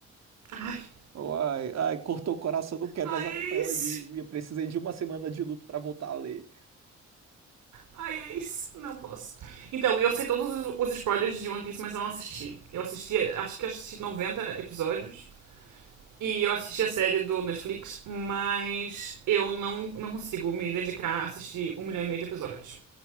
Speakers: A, on the right; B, on the right.
A: Ai.
B: Ai, ai, cortou o coração, não quero
A: Ai,
B: mais acompanhar
A: é isso.
B: o anime. Eu precisei de uma semana de luto pra voltar a ler.
A: Ai, é isso. não posso. Então, eu sei todos os, os spoilers de One Piece, mas eu não assisti. Eu assisti, acho que assisti 90 episódios. E eu assisti a série do Netflix, mas eu não, não consigo me dedicar a assistir um milhão e meio de episódios